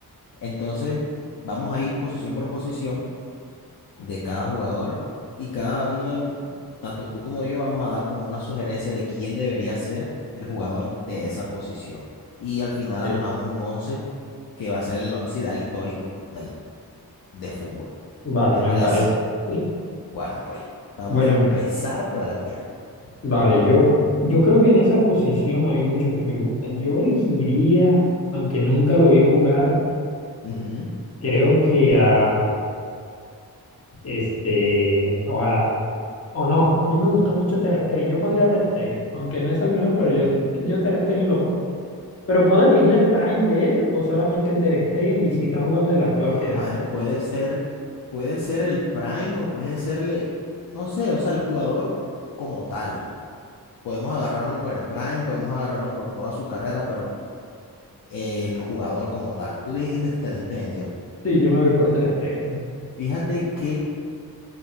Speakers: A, on the left (about 60°); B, on the left (about 35°).
A: Entonces, vamos a ir posición por posición de cada jugador y cada uno, del- tanto tú como yo, vamos a dar como una sugerencia de quién debería ser el jugador de esa posición. Y al final
B: ok.
A: armamos un 11 que va a ser el once ideal histórico del, de fútbol.
B: Vale,
A: ¿Te
B: me
A: parece?
B: parece. Sí.
A: Bueno, pues vamos
B: Bueno,
A: a empezar
B: em-
A: por el arquero.
B: vale, yo, yo creo que en esa posición hay muchos que me gustan. Yo elegiría, aunque nunca lo vi jugar,
A: Ujú.
B: creo que a este, o, a- o no, a mí me gustó mucho Ter Stegen. Yo pondría a Ter Stegen, aunque no es el mejor, pero yo, yo Ter Stegen lo pongo. Pero ¿puedo elegir el Prime de él o solamente el Ter Stegen y si está jugando el actual
A: A
B: queda?
A: a ver, puede ser, puede ser el prime o puede serle, no sé, o sea, el jugador como tal. podemos agarrarlo por el prime, podemos agarrarlo por toda su carrera, pero el jugador como tal, tú dijiste Ter Stegen, ¿cierto?
B: Sí, yo me voy por Ter Stegen.
A: Fíjate que